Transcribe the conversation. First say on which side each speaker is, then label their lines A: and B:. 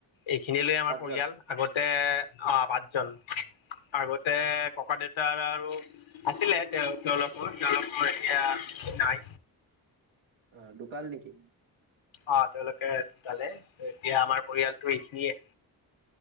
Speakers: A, on the left (about 80°); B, on the right (about 85°).
A: এইখিনি লৈ আমাৰ
B: পাঁচজন
A: পৰিয়াল আগতে আহ পাঁচজন আগতে ককা দেউতাৰ আৰু আছিলে তেওঁ তেওঁলোকো তেওঁলোক এতিয়া নাই।
B: আহ দোকাল নেকি?
A: অ তেওঁলোকে ধুকালে এতিয়া আমাৰ পৰিয়ালটো এইখিনিয়ে